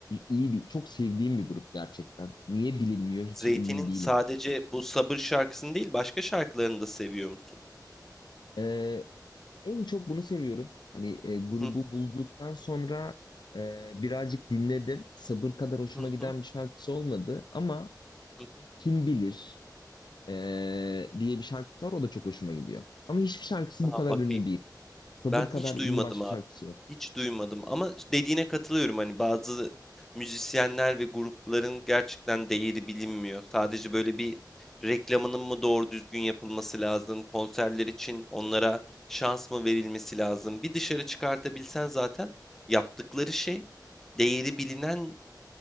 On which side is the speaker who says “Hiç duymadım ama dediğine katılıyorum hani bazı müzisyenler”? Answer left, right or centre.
Centre